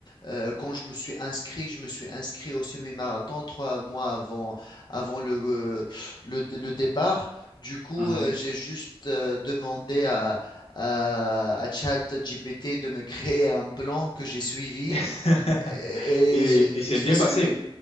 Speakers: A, on the left; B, on the left.
A: euh, quand je me suis inscrit, je me suis inscrit au semi-marathon trois mois avant, avant le, euh, le, le départ. Du coup,
B: Mhm.
A: euh, j'ai juste euh, demandé à, à, à ChatGPT de me <laughs> créer un plan que j'ai suivi
B: <laughs>
A: et,
B: Et,
A: et j'ai-
B: et
A: et
B: c'est
A: je
B: bien
A: l'ai suivi.
B: passé.